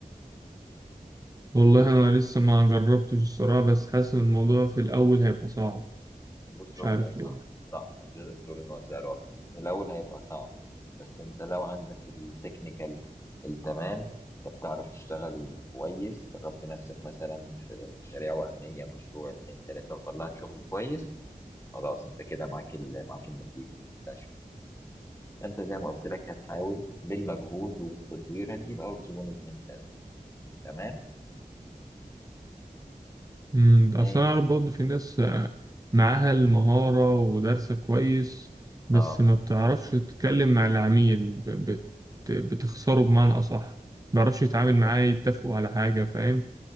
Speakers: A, on the right; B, on the left.
A: والله انا لسه ما جربتش الصراحة بس حاسس إن الموضوع في الاول هيبقى صعب
B: بص
A: مش
B: هو
A: عارف
B: يعني صح
A: ليه
B: صح مش عايزك تقول ان هو سعر واحد في الاول هيبقى صعب بس انت لو عندك التكنيكال التمام انت بتعرف تشتغل كويس جربت نفسك مثلا في مشاريع وهميه مشروع اتنين تلاته وطلعت شغل كويس خلاص انت كده معاك ال- معاك النتيجه ما تقلقش. انت زي ما قلت لك هتحاول بالمجهود والتدوير هتجيب اول زبون اتنين تلاته تمام
A: امم اصل
B: هي
A: انا اعرف برضه في ناس آه، معاها المهارة ودارسة كويس بس
B: اه
A: ما بتعرفش تتكلم مع العميل ب- بت- بتخسره بمعنى اصح ما بيعرفش يتعامل
B: انت
A: معاه يتفقوا على حاجة فاهم